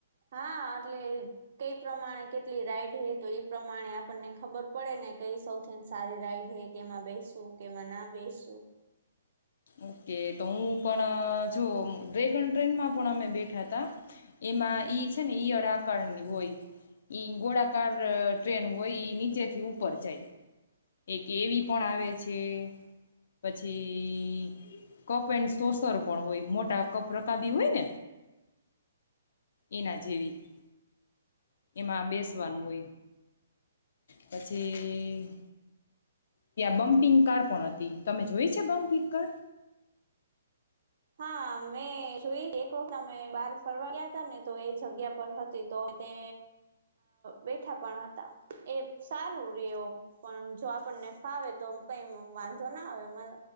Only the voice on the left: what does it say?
ઓકે તો હું પણ જો ડ્રેગન ટ્રેનમાં પણ અમે બેઠા તા એમાં ઈ છે ને ઈયળકારની હોય ઈ ગોળાકાર ટ્રેન હોય નીચેથી ઉપર જાય એક એવી પણ આવે છે પછી, કપ એન્ડ સોસર પણ હોય મોટા કપ રકાબી હોય ને એના જેવી, એમાં બેસવાનું હોય પછી ત્યાં બમ્પિંગ કાર પણ હતી, તમે જોય છે બમ્પિંગ કાર